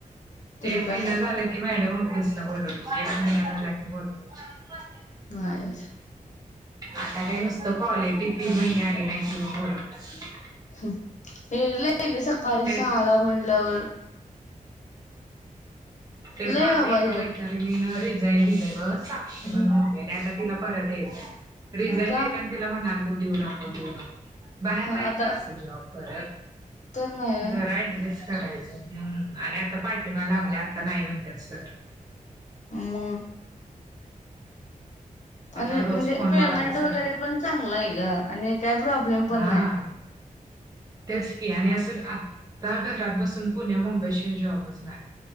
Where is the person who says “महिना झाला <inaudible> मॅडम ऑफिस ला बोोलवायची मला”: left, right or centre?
Right